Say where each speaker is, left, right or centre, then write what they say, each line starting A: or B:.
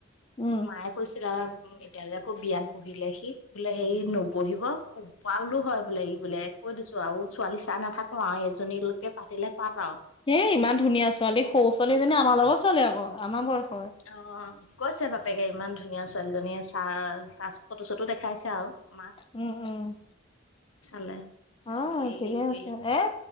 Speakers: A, on the left; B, on the left.
A: উম
B: মায়ে কৈছিলে উম, এতিয়া যে আকৌ বিয়াত পঢ়িলে সি বোলে হেৰি ন'বহিব <unintelligible> হয়, বোলে ই বোলে কৈ দিছোঁ আৰু ছোৱালী চাই নাথাকোঁ আৰু এইজনী লৈকে পাতিলে পাত আৰু।
A: এ, ইমান ধুনীয়া ছোৱালী সৰু ছোৱালীজনী আমাৰ লগৰ ছোৱালী আকৌ। আমাৰ বয়
B: অ', কৈছে বাপেকে ইমান ধুনীয়া ছোৱালীজনীয়ে চা- চা ফটো চটো দেখাইছে আৰু। মাক
A: উম, উম।
B: চালে। চাই
A: অ',
B: মেলি
A: ঠিকে
B: হেৰি কৰিলে
A: আছে এ,